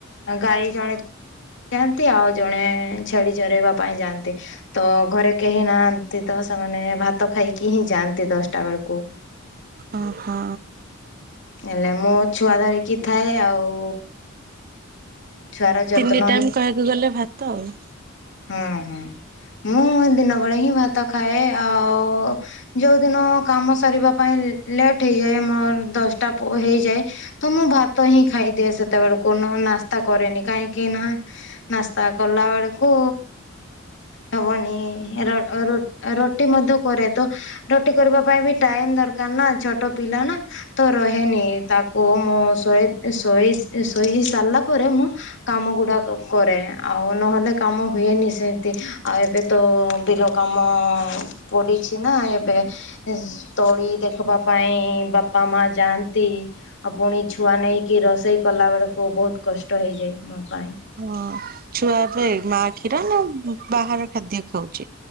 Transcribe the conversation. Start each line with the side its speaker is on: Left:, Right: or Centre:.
Left: ଗାଈ ଜଣେ ଯାଆନ୍ତି ଆଉ ଜଣେ ଛେଳି ଚରାଇବା ପାଇଁ ଯାଆନ୍ତି। ତ ଘରେ କେହି ନାହାନ୍ତି ତ ସେମାନେ ଭାତ ଖାଇକି ହିଁ ଯାଆନ୍ତି ଦଶଟା ବେଳକୁ।
Right: ଓହୋ।
Left: ହେଲେ ମୁଁ ଛୁଆ ଧରିକି ଥାଏ ଆଉ। ଛୁଆର ଯତ୍ନ
Right: ତିନି ଟାଇମ୍ କହିବାକୁ ଗଲେ ଭାତ ଆଉ।
Left: ହଁ ହଁ ମୁଁ ଦିନ ବେଳେ ହିଁ ଭାତ ଖାଏ ଆଉ ଯୋଉ ଦିନ କାମ ସରିବା ପାଇଁ ଲେଟ ହେଇଯାଏ ମୋ ଦଶଟା ହେଇଯାଏ। ତ ମୁଁ ଭାତ ହିଁ ଖାଇଦିଏ ସେତେବେଳକୁ ନ ନାସ୍ତା କରେନି କାହିଁକି ନା? ନସ୍ତା କଲା ବେଳକୁ ହବନି ର ରୁଟି ମଧ୍ୟ କରେ ତ ରୋଟି କରିବା ପାଇଁ ବି ଟାଇମ ଦରକାର ନା ଛୋଟ ପିଲା ନା। ତ ରହେନି ତାକୁ ମୁଁ ଶୋଇ ଶୋଇ ସାରିଲା ପରେ ମୁଁ କାମ ଗୁଡ଼ାକ କରେ ଆଉ ନହେଲେ କାମ ହୁଏନି ସେମତି ଆଉ ଏବେ ତ ବିଲ କାମ। ପଡିଛି ନା ଏବେ ତଳି ଦେଖବା ପାଇଁ ବାପା ମା ଯାଆନ୍ତି। ଆଉ ପୁଣି ଛୁଆ ନେଇକି ରୋଷେଇ କଲା ବେଳକୁ ବହୁତ କଷ୍ଟ ହେଇଯାଏ ମୋ ପାଇଁ
Right: ହଁ ଛୁଆଏବେ ମା କ୍ଷୀର ନା ବାହାର ଖାଦ୍ୟ ଖାଉଛି?